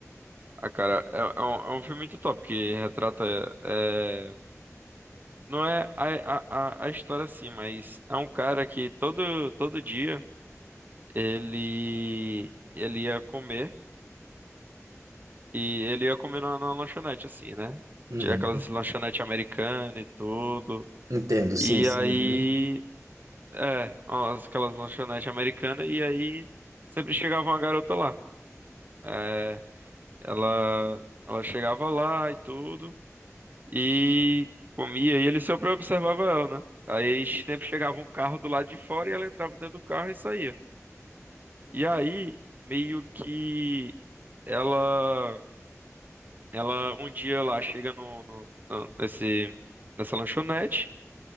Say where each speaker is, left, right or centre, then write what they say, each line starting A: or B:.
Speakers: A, on the right (about 35°); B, on the right (about 85°).
A: Ah, cara, é, é um, é um filme muito top que retrata. é, não é a, a, a a história assim, mas é um cara que todo, todo dia ele, ele ia comer e ele ia comer numa, numa lanchonete, assim, né?
B: Uhum.
A: Tinha aquelas lanchonetes americanas e tudo.
B: Entendo,
A: E
B: sim, sim.
A: aí.
B: uhum.
A: É, umas- aquelas lanchonetes americanas e aí sempre chegava uma garota lá. É, ela, ela chegava lá e tudo. e comia, e ele sempre observava ela, né? Aí sempre chegava um carro do lado de fora e ela entrava dentro do carro e saía. E aí, meio que ela, ela um dia lá chega no, no- no- nesse, nessa lanchonete